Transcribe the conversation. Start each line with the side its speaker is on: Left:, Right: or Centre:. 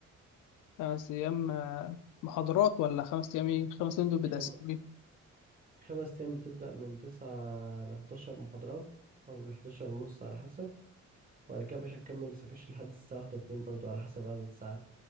Left: خمس أيام آه، محاضرات ولا خمس أيام ايه خمس أيام دول بتقسمين
Right: خم... خمس أيام بتبدأ من تسعة لحداشر محاضرات أو لحداشر ونص على حسب وبعد كده يا باشا تكمل سكاش لحد الساعة واحدة اتنين برضو على حسب عدد الساعات